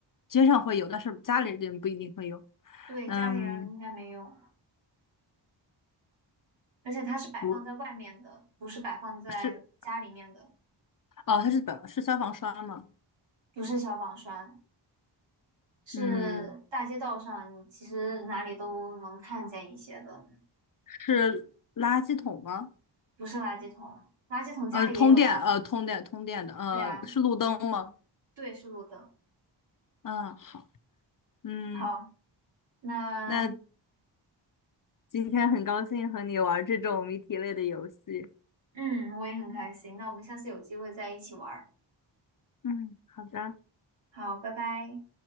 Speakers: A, on the left; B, on the right.
A: 街上会有，但是家里人不一定会有。
B: 对，
A: 嗯，
B: 家里人应该没有，而且它是摆放在外面的，
A: 不
B: 不是摆放在家里面的，
A: 是哦，它是本是消防栓吗？
B: 不是消防栓，是大街道上，
A: 嗯，
B: 其实哪里都能看见一些的。
A: 是垃圾桶吗？
B: 不是垃圾桶，垃圾桶家里也有呀。
A: 呃，通电呃通电通电的呃是路灯吗？
B: 对呀，对，是路灯。
A: 嗯，好，嗯，
B: 好，那
A: 那今天很高兴和你玩这种谜题类的游戏。
B: 嗯，我也很开心。那我们下次有机会再一起玩儿。
A: 嗯，好的。
B: 好，拜拜。